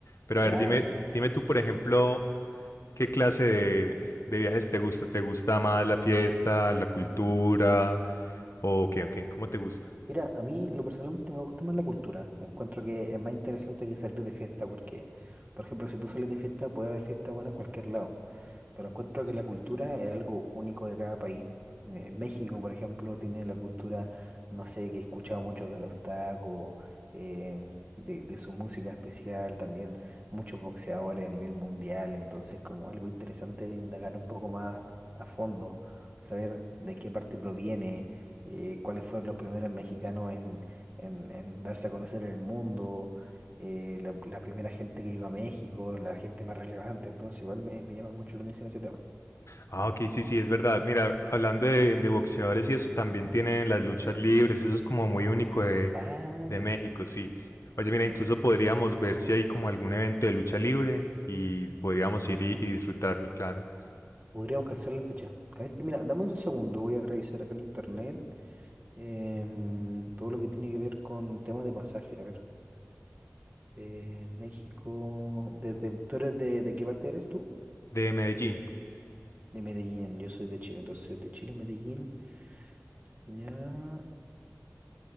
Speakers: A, on the left; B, on the right.
A: Pero a
B: Claro,
A: ver, dime, dime tú, por ejemplo, ¿qué clase de, de viajes te gusta? ¿Te gusta más la fiesta, la cultura? ¿O qué, o qué? ¿Cómo te gusta?
B: Mira, a mí lo personalmente me gusta más la cultura. Encuentro que es más interesante que salir de fiesta porque, por ejemplo, si tú sales de fiesta puede haber fiesta buena en cualquier lado. Pero encuentro que la cultura es algo único de cada país. Eh, México, por ejemplo, tiene la cultura, no sé, que he escuchado mucho de los tacos, em, de, de su música especial, también muchos boxeadores a nivel mundial. Entonces, como algo interesante de indagar un poco más a fondo, saber de qué parte proviene eh, cuáles fueron los primeros mexicanos en, en- en darse a conocer en el mundo, eh, la, la primera gente que llegó a México, la gente más relevante, entonces igual me, me llama mucho la atención ese tema.
A: Ah, ok, sí, sí, es verdad. Mira, hablando de, de boxeadores y eso, también tienen las luchas libres, eso es como muy único de,
B: Claro,
A: De México, sí.
B: sí,
A: Oye, mira,
B: sí.
A: incluso podríamos ver si hay como algún evento de lucha libre y podríamos ir y, y disfrutarlo, claro.
B: Podríamos calzar la fecha. A ver, mira, dame un segundo, voy a revisar acá en internet em, todo lo que tiene que ver con temas de pasaje. A ver, eh, México, desde, ¿tú eres de, de qué parte eres tú?
A: De Medellín.
B: De Medellín, yo soy de Chile, entonces de Chile a Medellín, ya.